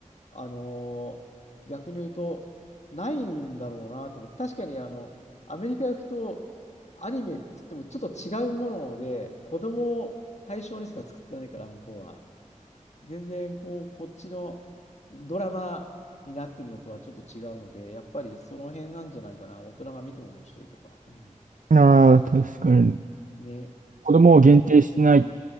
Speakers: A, on the left (about 55°); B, on the right (about 75°).
A: あのー逆に言うと、ないんだろうなと思って、確かにあの、アメリカ行くと、アニメって言ってもちょっと違うもので、子供を対象にしか作ってないから、向こうは。全然、こう、こっちのドラマになってるのとはちょっと違うので、やっぱりその辺なんじゃないかな、大人が見ても面白いとか。うん、
B: ああ、確かに。
A: ね。
B: 子供を限定してない
A: うん